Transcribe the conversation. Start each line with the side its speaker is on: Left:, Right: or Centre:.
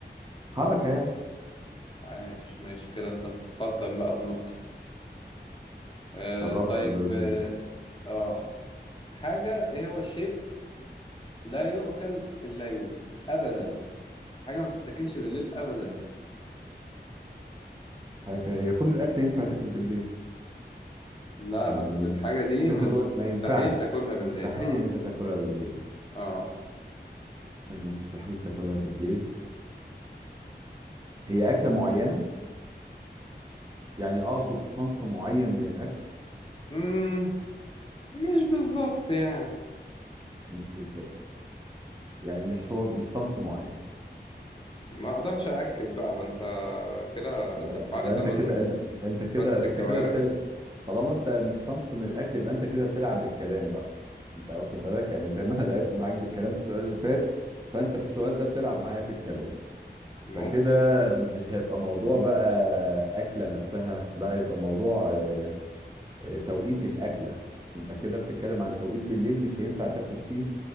Right: حركة يعني
Left: عايش ماشي كده أنت تتقدم بقى بنقطة آه
Right: قربنا
Left: طيب
Right: من الوزن
Left: آه آه. حاجة إيه هو الشيء لا يؤكل في الليل أبدا حاجة ما تتاكلش بالليل أبدا
Right: حاجة هي كل الاكل ينفع تاكل بالليل
Left: لا
Right: يعني
Left: بس الحاجة دي
Right: بس انت
Left: مس-
Right: تقول
Left: مستحيل
Right: ما ينفعش
Left: تاكلها بالليل
Right: مستحيل
Left: اه
Right: ان انت تاكلها بالليل
Left: اه
Right: حاجة مستحيل تاكلها بالليل هي أكلة معينة يعني أقصد صنف معين من الأكل
Left: مم. مش بالظبط يعني
Right: مش بالظبط يعني مش هو مش صنف معين
Left: ما اقدرش أأكد بقى ما انت كده هتدفعني
Right: يبقى يبقى
Left: تمن
Right: أنت كده أنت أنت كده
Left: فتة
Right: أنت
Left: الكوارع
Right: كده بتلعب طالما أنت مش صنف من الأكل يبقى أنت كده بتلعب بالكلام بقى أنت واخد بالك يعني زي ما أنا لعبت معاك بالكلام في السؤال اللي فات فأنت في السؤال ده بتلعب معايا في الكلام
Left: ممكن
Right: فكده مش هيبقى موضوع بقى أكلة نفسها لا هيبقى موضوع آه، آه، توقيت الأكلة انت كده بتتكلم عن توقيت بالليل مش هينفع تاكل فيه